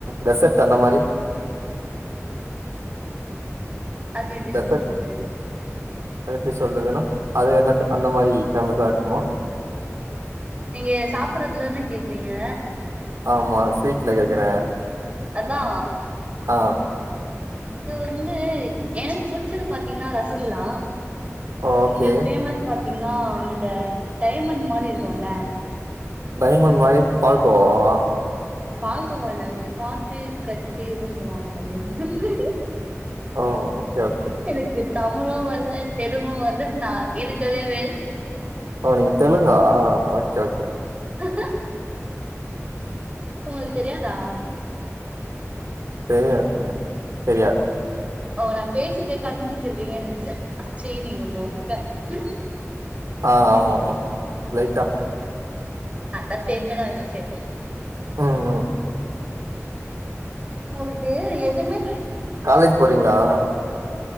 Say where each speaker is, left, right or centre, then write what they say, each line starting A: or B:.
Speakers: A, on the right; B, on the right.
A: ரெசட் அந்த மாரி
B: அது எப்டி
A: டெசர்ட்
B: சொல்றது
A: அது எப்டி சொல்றதுன்னா அது என்ன அந்த மாரி ஃபேமஸ்ஸா இருக்குமா
B: நீங்க சாப்புடுறதுல்லதான கேக்குறீங்க
A: ஆமா ஸ்வீட்ல கேக்குற
B: அதா
A: ஆ
B: இந்த வந்து எனக்கு புடுச்சுது பாத்தீங்கன்னா ரசகுல்லா
A: ஓகே
B: இங்க ஃபேமஸ் பாத் பாத்தீங்கன்னா இந்த டைமண்ட் மாரி இருக்குல்ல
A: டைமண்ட் மாரி பால்கோவாவா
B: பால்கோவா இல்ல அது காட்டு கச்சி எதோ சொல்வாங்க அது <unintelligible>
A: ஓ ஓகே ஓகே
B: எனக்கு தமிழு வல்ல தெலுங்கு வல்ல நா இருக்கறதே வேஸ்ட்டு
A: ஓ நீங்க தெலுங்கா ஓகே ஓகே
B: ஹ்ஹ உங்களுக்கு தெரியாதா
A: தெரியாது தெரியாது
B: ஓ நா பேசுறதே கண்டுபுடிச்சிருவீங்கனு நெனைச்சே சீ நீங்க மொக்க உ
A: ஆ ஆமா ஆமா லைட்டா
B: அதா தெரிஞ்ச கதயாச்சே
A: உ உ
B: உங்களுக்கு ஏவ் துமே
A: காலேஜ் போறீங்களா